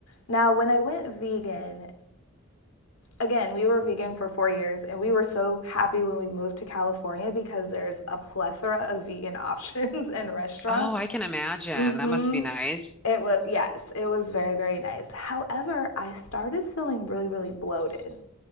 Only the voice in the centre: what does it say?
Oh, I can imagine.
That must be nice.